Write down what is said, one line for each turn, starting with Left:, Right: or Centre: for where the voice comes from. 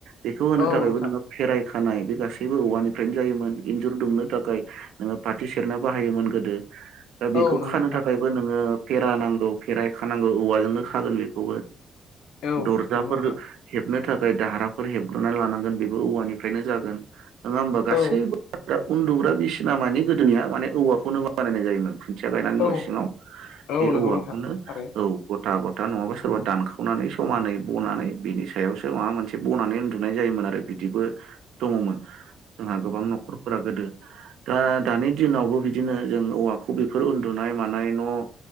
Right: बेखौ होनो
Left: औ
Right: थाखायबो
Left: नोंथां
Right: नोङो फेराइ खानाय बे गासैबो औवानिफ्रायनो जायोमोन इन्जुर दुमनो थाखाय नोङो फाथि सेरना बाहायोमोन गोदो दा बेखौ
Left: औ नंगौ
Right: खानो
Left: नोंथां
Right: थाखायबो नोङो फेरानांगौ फेराय खानांगौ औवाजोंनो खागोन बेखौबो
Left: औ
Right: दरफोर
Left: नंगौ नोंथां
Right: हेबनो थाखाय जाय दाहाराफोर हेबग्रोना लानांगोन बेबो औवानिफ्रायनो जागोन नङा होमबा गासैबो
Left: औ
Right: उन्दुग्रा बिसिना मानि गोदोनिया माने औवाखौनो बानायनाय जायोमोन खुन्थिया गायनानै
Left: औ
Right: न' सिङाव
Left: औ
Right: बे
Left: नंगौ
Right: औवाखौनो
Left: नोंथां थारैनो
Right: औ ग गथा गथा नङाबा सोरबा दानखावनानै समानै बनानै बिनि सायावसो माबा मोनसे बनानै उन्दुनाय जायोमोन आरो बिदिबो दङमोन जोंहा गोबां न'खरफोरा गोदो दा दानि दिनावबो बिदिनो जों औवाखौ बेफोर उन्दुनाय मानाय न'